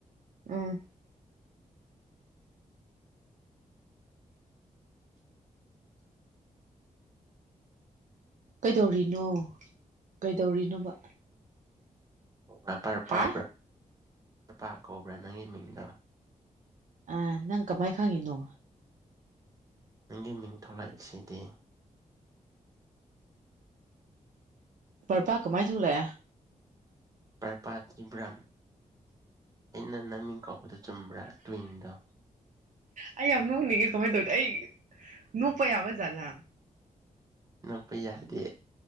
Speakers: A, on the right; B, on the right.
A: ꯎꯝ ꯀꯩꯗꯧꯔꯤꯅꯣ ꯀꯩꯗꯧꯔꯤꯅꯣꯕ
B: ꯭ꯔꯦꯄꯔ
A: ꯍꯥ
B: ꯄꯥꯎꯕ꯭ꯔꯥ ꯆꯄꯥ ꯀꯧꯕ꯭ꯔꯥ ꯅꯪꯒꯤ ꯃꯤꯡꯗꯣ
A: ꯑ ꯅꯪ ꯀꯃꯥꯏ ꯈꯥꯡꯉꯤꯅꯣ
B: ꯅꯪꯒꯤ ꯃꯤꯡ ꯊꯂꯛꯏꯁꯤꯗꯤ
A: ꯄꯔ ꯄ ꯀꯃꯥꯏ ꯊꯣꯛꯂꯦ
B: ꯄ꯭ꯔꯄꯥ ꯏꯤꯕ꯭ꯔꯝ ꯑꯩꯅ ꯅꯪꯃꯤꯡ ꯀꯧꯕꯗ ꯆꯨꯝꯕ꯭ꯔꯥ ꯇ꯭ꯋꯤꯟꯗꯣ
A: ꯑꯩ ꯌꯥꯝ ꯅꯣꯛꯅꯤꯡꯉꯦ ꯀꯃꯥꯏꯅ ꯇꯧꯅꯤ ꯑꯩ ꯅꯣꯛꯄ ꯌꯥꯕ ꯖꯠꯂꯥ
B: ꯅꯛꯄ ꯌꯥꯗꯦ